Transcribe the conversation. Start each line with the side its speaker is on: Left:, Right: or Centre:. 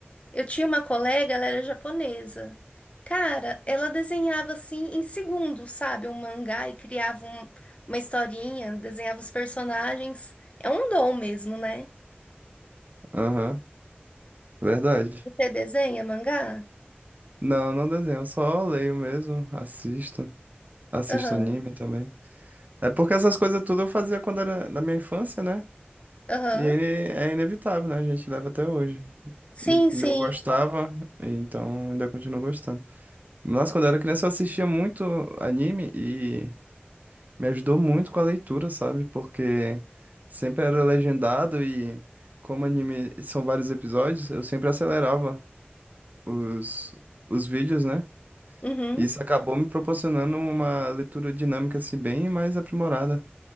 Left: Eu tinha uma colega, ela era japonesa. Cara, ela desenhava assim em segundos, sabe? Um mangá e criava um- uma historinha, desenhava os personagens. É um dom mesmo, né?
Right: Aham, verdade.
Left: Você desenha mangá?
Right: Não, não desenho, só leio mesmo, assisto, assisto
Left: Aham,
Right: anime também. É porque essas coisas tudo eu fazia quando era na minha infância, né?
Left: aham.
Right: E é é inevitável, né? A gente leva até hoje.
Left: Sim,
Right: E que
Left: sim.
Right: eu gostava, então ainda continuo gostando. Nossa, quando eu era criança eu assistia muito anime e me ajudou muito com a leitura, sabe? Porque sempre era legendado e como anime são vários episódios, eu sempre acelerava os, os vídeos, né?
Left: Uhum.
Right: E isso acabou me proporcionando uma leitura dinâmica assim bem mais aprimorada,